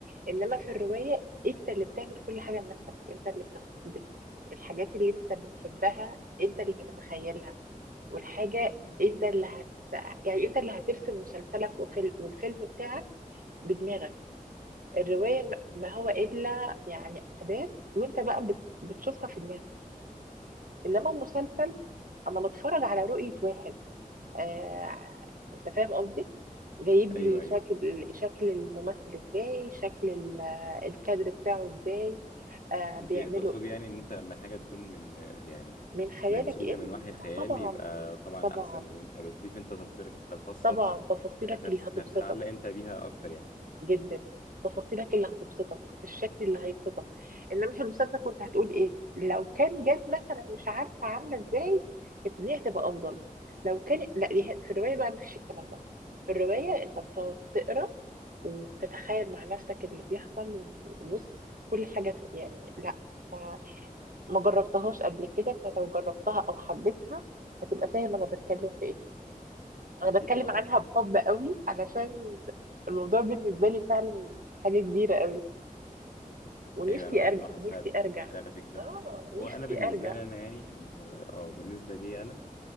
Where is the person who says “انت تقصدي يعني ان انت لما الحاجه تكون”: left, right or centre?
Left